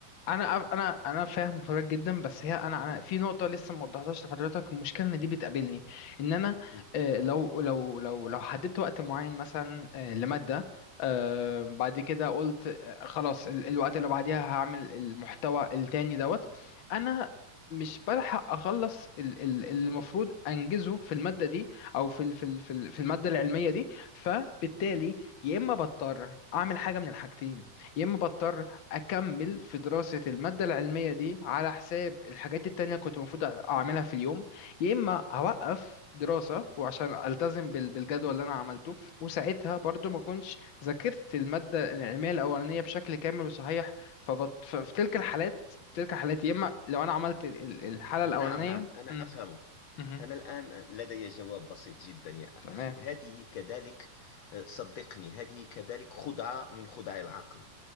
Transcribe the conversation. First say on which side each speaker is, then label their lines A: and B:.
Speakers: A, on the left; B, on the left.
A: انا أف- انا انا فاهم حضرتك جدا بس هي انا انا
B: آه،
A: في نقطه لسه ما وضحتهاش لحضرتك المشكله ان دي بتقابلني ان انا
B: آه،
A: آه، لو لو لو لو حددت وقت معين مثلا آه، لماده آه، بعد كده قلت آه، خلاص ال- الوقت اللي بعديها هعمل المحتوى التاني دوت انا مش بلحق اخلص ال- ال- اللي المفروض انجزه في الماده دي او في ال- في ال- في ال- في الماده العلميه دي فبالتالي يا اما بضطر اعمل حاجه من الحاجتين يا اما بضطر اكمل في دراسة المادة العلمية دي على حساب الحاجات دي التانية كنت المفروض اعملها في اليوم يا اما هوقف
B: آه.
A: دراسة وعشان التزم بال- بالجدول اللي انا عملته وساعتها برضو ما كنتش ذاكرت المادة العلمية الاولانية بشكل كامل وصحيح فبط... ففي تلك الحالات تلك الحالات يا اما لو انا عملت ال- ال- الحالة
B: نعم
A: الاولانية
B: نعم أنا
A: مم.
B: أفهمك
A: مهم.
B: أنا الآن لدي جواب بسيط جدا يا
A: تمام
B: أخي هذه كذلك آه، صدقني هذه كذلك خدعة من خدع العقل